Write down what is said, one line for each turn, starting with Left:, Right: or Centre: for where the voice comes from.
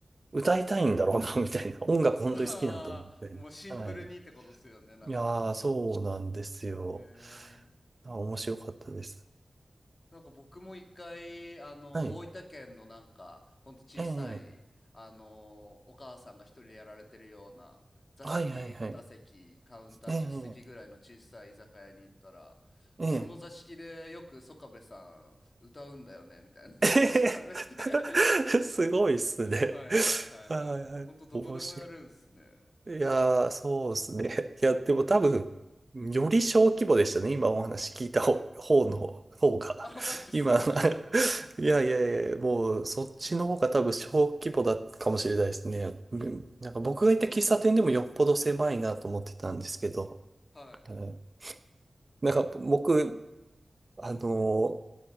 Right: 歌いたいんだろうな、<laughs> みたいな。音楽本当に好きなんだ、
Left: <laughs> ああ、
Right: みたいな。
Left: もうシンプルにってことですよね、
Right: はい。
Left: なんか。
Right: いやー、そうなんですよ。
Left: へえ。
Right: あ、面白かったです。
Left: なんか僕も一回、あの、
Right: はい。
Left: 大分県のなんか、ほんと小さい、
Right: ええ
Left: あの、お母さんが一人でやられてるような、座敷2席、
Right: はいはいはい。
Left: カウンター10席ぐらいの小さい居酒屋に行ったら、
Right: ええええ
Left: あ、その座敷でよく曽我部さん歌うんだよね、みたいな話されて
Right: <laughs> えへ
Left: <laughs>
Right: へすごいっすね。
Left: はいはいはいはい。
Right: はいはい。
Left: ほんとどこでもやるんすね。
Right: 面白い。いやー、そうっすね。いや、でも多分、
Left: うんうんうんうん。
Right: より小規模でしたね。今お話聞いた方、方の方が。
Left: あ、マジっすか
Right: 今、<laughs> いやいやいや、もうそっちの方が多分小規模だったかもしれないですね。うんなんか僕が行った喫茶店でもよっぽど狭いなと思ってたんですけど、
Left: <laughs> なるほどなるほど。はい。
Right: うんなんか僕、あのー